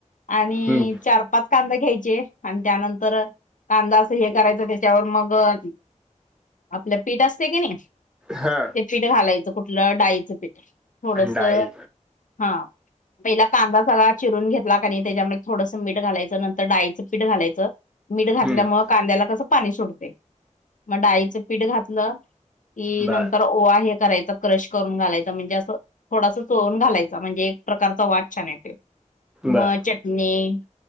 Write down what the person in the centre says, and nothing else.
हम्म
हा
डाळी
हम्म
बर
बर